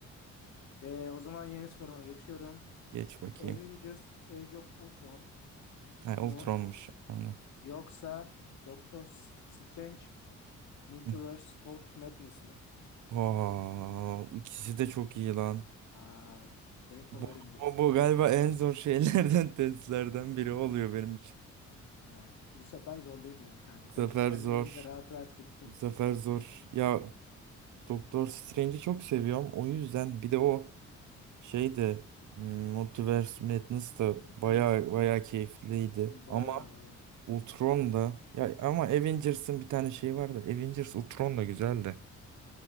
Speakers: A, on the left; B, on the right.
A: Ee, o zaman yeni soruma geçiyorum.
B: Geç bakayım.
A: Avengers Age of Ultron
B: Ha,
A: mu
B: Ultron'muş. Aynen.
A: yoksa Doctor S- Strange Multiverse
B: <laughs>
A: of Madness mı?
B: Oo, ikisi de çok iyi lan.
A: Aa, benim favorimdir.
B: Bu, bu, bu galiba en zor şeylerden <laughs> testlerden biri oluyor benim için.
A: Ha, bu sefer zorlayayım dedim kanka.
B: Bu sefer
A: <laughs> Diğerlerinde
B: zor.
A: rahat rahat gittin.
B: Bu sefer zor. Ya Doktor Strange'i çok seviyorum. O yüzden bir de o Şey de hmm, Multiverse Madness da baya
A: Evet.
B: baya keyifliydi.
A: Baya
B: Ama
A: baya.
B: Ultron da ya ama Avengers'ın bir tane şeyi vardı. Avengers Ultron da güzeldi.